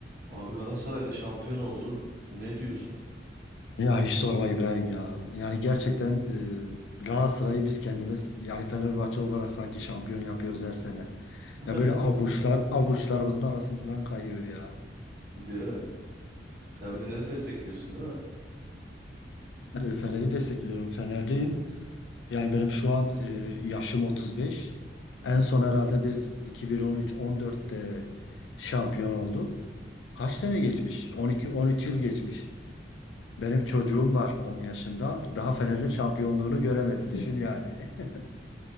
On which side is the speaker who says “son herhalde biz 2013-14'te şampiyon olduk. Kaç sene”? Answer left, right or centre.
Left